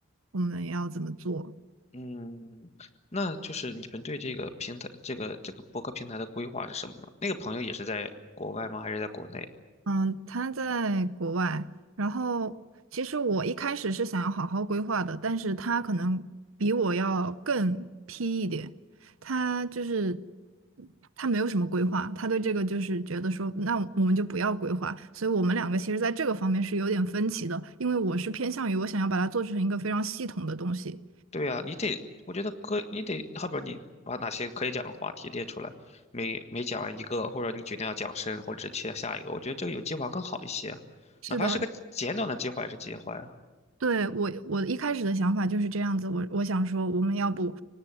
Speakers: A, on the right (about 85°); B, on the left (about 30°).
A: 我们要怎么做？
B: 嗯，那就是你们对这个平台、这个这个博客平台的规划是什么呢？那个朋友也是在国外吗？还是在国内？
A: 嗯，他在国外，然后其实我一开始是想要好好规划的，但是他可能比我要更 P 一点，他就是他没有什么规划，他对这个就是觉得说，那我们就不要规划，所以我们两个其实在这个方面是有点分歧的，因为我是偏向于我想要把它做成一个非常系统的东西。
B: 对啊，你得，我觉得可，你得，后边你把哪些可以讲的话题列出来，每每讲完一个，或者你决定要讲深，或者是切下一个，我觉得这个有计划更好一些，
A: 是的，
B: 哪怕是个简短的计划也是计划呀。
A: 对，我我一开始的想法就是这样子，我我想说我们要不，